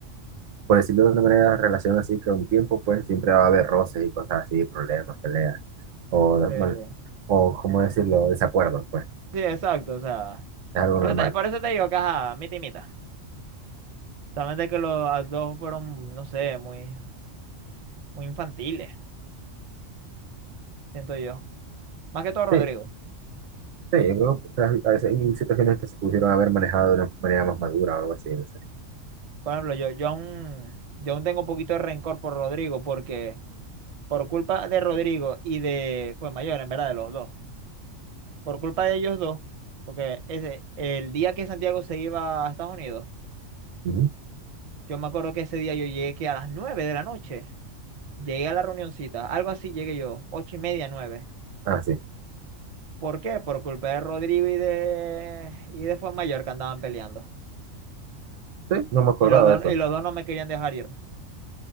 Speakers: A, on the right (about 75°); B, on the right (about 50°).
A: por decirlo de una manera, relación así que un tiempo, pues, siempre va a haber roces y cosas así, problemas, peleas, o, de-
B: Eh,
A: bueno, o ¿cómo decirlo? Desacuerdos, pues,
B: sí, exacto, o sea.
A: es algo
B: Por
A: normal.
B: eso te, por eso te digo que, ajá, mitad y mitad. Solamente que los dos fueron, no sé, muy, muy infantiles, siento yo. Más que todo Rodrigo.
A: Sí, sí, yo creo que tras- a veces hay situaciones que se pudieron haber manejado de una manera más madura o algo así, no sé.
B: Por ejemplo, yo, yo aún, yo aún tengo un poquito de rencor por Rodrigo porque por culpa de Rodrigo y de, fue mayor, en verdad, de los dos. Por culpa de ellos dos, porque ese, el día que Santiago se iba a Estados Unidos,
A: Ujú.
B: yo me acuerdo que ese día yo llegué que a las nueve de la noche. Llegué a la reunioncita, algo así llegué yo, ocho y media, nueve.
A: Ah, sí,
B: ¿Por qué? Por culpa de Rodrigo y de, y de Mayor que andaban peleando.
A: sí, no me acordaba
B: Y los dos,
A: de eso,
B: y los dos no me querían dejar ir.